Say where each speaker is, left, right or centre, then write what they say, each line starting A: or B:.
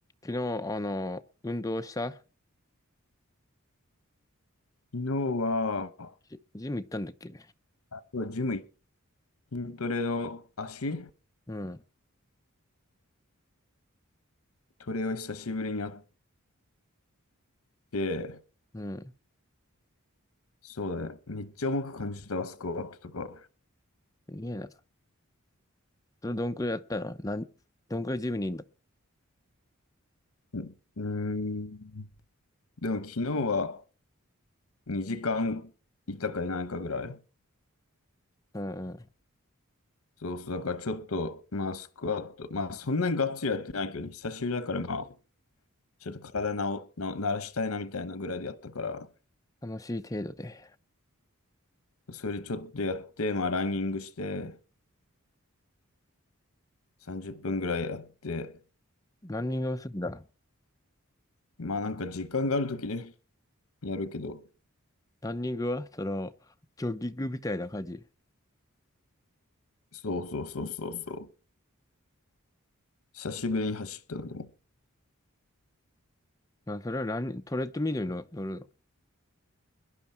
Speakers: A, on the left; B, on the left.
A: 昨日、あの、運動した
B: 昨日は、
A: ジ、ジム行ったんだっけ
B: あとはジム、筋トレの足
A: うん、
B: トレを久しぶりにやって、
A: うん。
B: そうだね。めっちゃ重く感じたわ、スクワットとか。
A: いいえな。それどんくらいやったのなん、どんくらいジムにいんの
B: うん。うーんでも昨日は2時間いたかいないかぐらい。
A: うんうん。
B: そうそう。だからちょっと、まあスクワット、まあそんなにがっつりやってないけどね、久しぶりだからまあ、ちょっと体なお、な、慣らしたいなみたいなぐらいでやったから、
A: 楽しい程度で。
B: それでちょっとやって、まあランニングして、30分ぐらいやって、
A: ランニングをするんだ。
B: まあなんか時間があるときね、やるけど、
A: ランニングはその、ジョギングみたいな感じ。
B: そうそうそうそうそう。久しぶりに走ったのでも。
A: まあ、それはランニ、トレッドミルに乗乗るの。